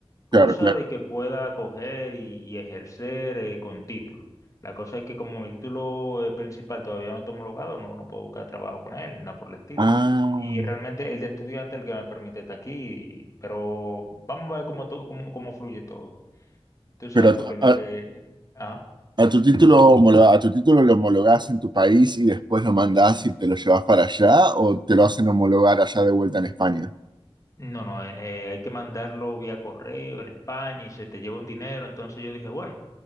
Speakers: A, on the left; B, on the right.
A: cosa
B: claro, claro.
A: de que pueda coger y, y ejercer eh, con título. La cosa es que como mi título eh, principal todavía no está homologado, no, no puedo buscar trabajo con él, nada por el estilo.
B: Ah,
A: Y realmente el de estudiante es el que me permite estar aquí, pero vamos a ver cómo, todo, cómo, cómo fluye todo. Tú sabes,
B: pero
A: porque en lo
B: a, a-
A: que... Ah, sí.
B: a tu título homolo- a tu título lo homologás en tu país y después lo mandás y te lo llevas para allá o te lo hacen homologar allá de vuelta en España.
A: No, no, eh, hay que mandarlo vía correo en España y se te lleva un dinero. Entonces yo dije, bueno,